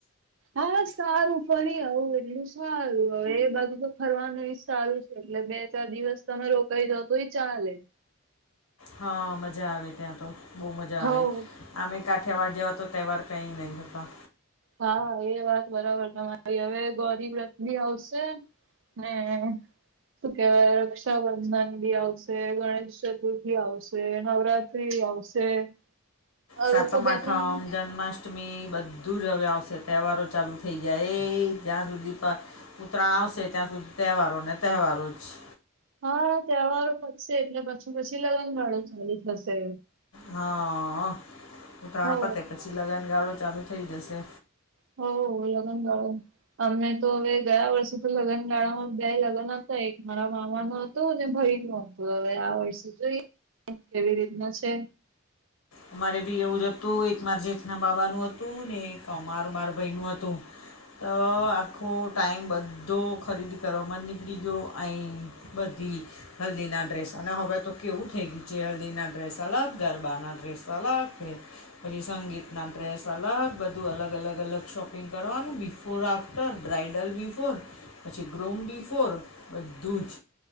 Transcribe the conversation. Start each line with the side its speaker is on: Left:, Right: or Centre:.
Right: હા સારું ફરી આવું એટલું સારું હવે એ બાજુ તો ફરવાનું સારું છે એટલે બે ચાર દિવસ તમે રોકાઈ જાાવ તો એ ચાલે-
Left: હા મજા આવે ત્યાં તો બહુ મજા
Right: હવ
Left: આવે અમે કાઠ્યાવાર જેવા તો તહેવાર કંઈ નહીંતા
Right: હા એ વાત બરાબર તમારી હવે ગોરીબ રથની આવશે હમ ત રક્ષાબંધન બી આવશે ગણેશ ચતુર્થી આવશે નવરાત્રી આવશે <inaudible> હવે
Left: સાતમ
Right: તો બે
Left: માઠમ
Right: ત્રણ
Left: જન્માષ્ટ અષ્ટમી બધું જ હવે આવશે તહેવારો ચાલુ થઈ જાય એ જ્યાં સુધી ઉત્તરાયણ આવશે ત્યાં સુધી તહેવારોને તહેવારો જ છે
Right: હા તહેવારો વધશે એટલે પછી પછી લગનગાળો ચાલી થશે
Left: હા ઉતરાયણ
Right: હો
Left: પતે પછી લગાને ગાળો ચાલુ થઇ જશે
Right: હો લગ્ન ગાળું અમે તો હવે ગયા વર્ષે તો લગ્ન ગાળામાં બે લગ્ન હતા એક મારા મામા ન ભરી નતું હવે આ વર્ષે જોઈ કેવી રીતના છે
Left: અમારે બી એવું જ હતું એક માર જેઠના બાબાનુ હતું ને એક અમાર માર ભાઈ નું હતું તો આખો ટાઈમ બધો ખરીદી કરવામાં જ નીકળી ગયો અ બધી હલ્દી ના ડ્રેસાને હવે તો કેવું થઈ ગયું છે હલ્દીના ડ્રેસ અલગ ગરબા ના ડ્રેસ અલગ છે પછી સંગીતના ડ્રેસ અલગ બધું અલગ અલગ અલગ શોપિંગ કરવાનું before after bridal before પછી ગ્રૂમ બી ફોર બધું જ